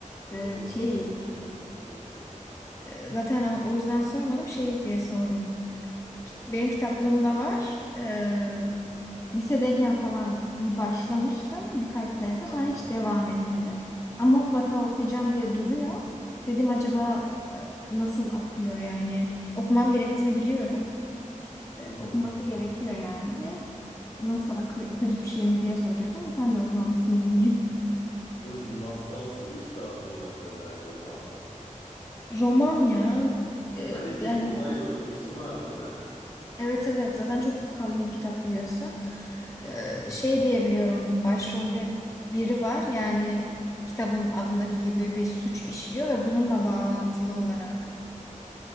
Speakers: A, on the left; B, on the left.
A: O
B: Ee,
A: çok
B: şey
A: güzel. O zaman çok mutluyum şu an.
B: e, zaten o, o yüzden sormadım şey diye sordum. Benim kitaplığımda var. Ee, Lisedeyken falan bir başlamıştım birkaç sayfa
A: Hı
B: sonra
A: hı.
B: hiç devam etmedim. Ama mutlaka okuyacağım diye duruyor. Dedim acaba e, nasıl akıyor yani? Okumam gerektiğini biliyorum. E,
A: Hı hı.
B: okunması gerekiyor yani. Nasıl akı, akıcı bir şey mi diye soracaktım ama sen de okumamışsın benim gibi.
A: E, Masalsı bir kitap mı mesela acaba?
B: Roman ya. E,
A: Hani bir
B: yani
A: olay örgüsü var değil mi?
B: Evet evet zaten çok kalın bir kitap biliyorsun. Ee,
A: Hı hı.
B: şey diyebiliyorum başrolde biri var yani kitabın adındaki gibi bir suç işliyor ve bununla bağlantılı olarak